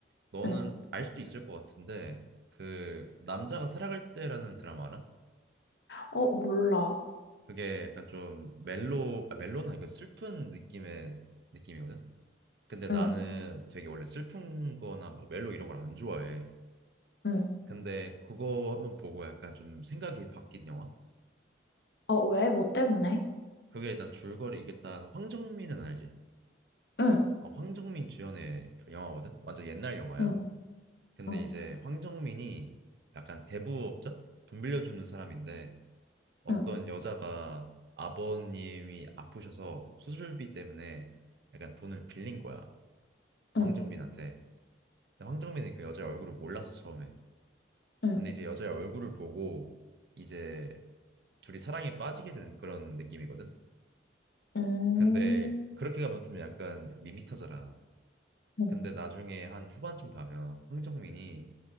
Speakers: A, on the right; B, on the left.
A: 너는
B: 응.
A: 알 수도 있을 것 같은데 그 남자가 살아갈 때라는 드라마 알아?
B: 어, 몰라.
A: 그게 약간 좀 멜로 아 멜로는 아니고 슬픈 느낌의 느낌이거든. 근데 나는
B: 응,
A: 되게 원래 슬픈 거나 막 멜로 이런 걸 안 좋아해.
B: 응.
A: 근데 그거 한번 보고 약간 좀 생각이 바뀐 영화?
B: 어, 왜? 뭐 때문에?
A: 그게 일단 줄거리 이게 일단 황정민은 알지?
B: 응,
A: 아, 황정민 주연의 영화거든. 완전 옛날 영화야.
B: 응,
A: 근데
B: 응,
A: 이제 황정민이 약간 대부업자? 돈 빌려주는 사람인데 어떤
B: 응,
A: 여자가 아버님이 아프셔서 수술비 때문에 약간 돈을 빌린 거야. 황정민한테.
B: 응,
A: 근데 황정민이 그 여자의 얼굴을 몰라서 처음에.
B: 응.
A: 근데 이제 여자의 얼굴을 보고 이제 둘이 사랑에 빠지게 되는 그런 느낌이거든.
B: 음,
A: 근데 그렇게 가면 좀 약간 밋밋하잖아.
B: 음,
A: 근데 나중에 한 후반쯤 가면 황정민이